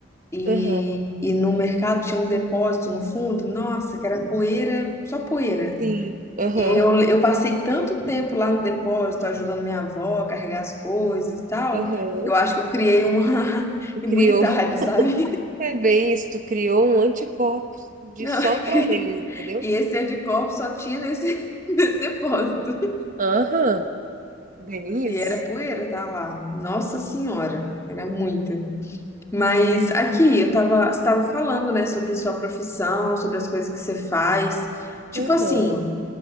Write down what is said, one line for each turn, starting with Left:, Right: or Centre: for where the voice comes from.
Left: E,
Right: Aham.
Left: e no mercado tinha um depósito no fundo, nossa, que era poeira, só poeira.
Right: Sim, aham,
Left: E eu, eu passei tanto tempo lá no depósito ajudando minha avó a carregar as coisas e tal,
Right: aham.
Left: eu acho que eu criei uma <laughs>
Right: Tu
Left: imunidade,
Right: criou. <laughs>
Left: sabe?
Right: É bem isso, tu criou um anticorpo de
Left: Não,
Right: só
Left: eu
Right: pra
Left: criei.
Right: eles, entendeu?
Left: E esse anticorpo só tinha nesse, <laughs> nesse depósito.
Right: Aham, bem
Left: E
Right: isso.
Left: era poeira, tá lá. Nossa Senhora, era muita. Mas aqui, eu tava, você tava falando, né, sobre sua profissão, sobre as coisas que você faz. Tipo
Right: Aham,
Left: assim,